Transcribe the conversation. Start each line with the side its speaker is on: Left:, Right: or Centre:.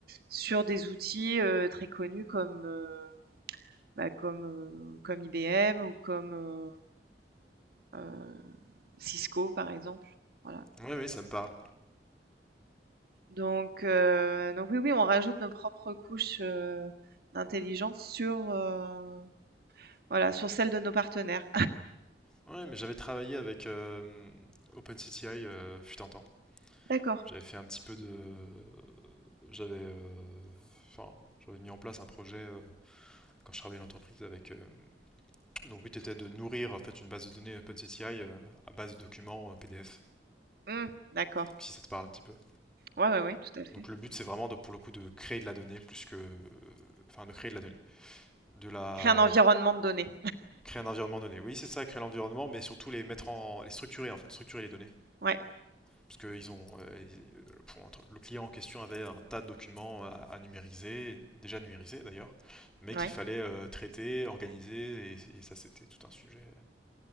Right: sur des outils euh, très connus comme, euh, bah, comme, euh, comme IBM ou comme euh, euh, Cisco par exemple. Voilà.
Centre: Oui, oui, ça me parle.
Right: Donc, heu, donc oui, oui, on rajoute nos propres couches, heu, d'intelligence sur, heu, voilà, sur celles de nos partenaires.
Centre: Oui, mais j'avais travaillé avec euh, OpenCTI euh, fut un temps.
Right: <laughs> D'accord.
Centre: J'avais fait un petit peu de... J'avais... euh, Enfin, j'avais mis en place un projet euh, quand je travaillais à l'entreprise avec... euh, dont le but était de nourrir en fait une base de données OpenCTI euh, à base de documents euh, PDF,
Right: Mmh, d'accord.
Centre: si ça te parle un petit peu.
Right: Ouais, ouais, ouais, tout à fait.
Centre: Donc le but c'est vraiment de, pour le coup de créer de la donnée plus que... euh, Enfin, de créer de la donnée. De la...
Right: Créer un environnement de données.
Centre: Créer un environnement donné. Oui, c'est ça, créer l'environnement, mais surtout les mettre en... les structurer en fait, structurer les données.
Right: Ouais,
Centre: parce que ils ont, euh, euh, bon, le client en question avait un tas de documents à, à numériser, déjà numérisés d'ailleurs, mais
Right: ouais,
Centre: qu'il fallait euh, traiter, organiser, et, et ça c'était tout un sujet.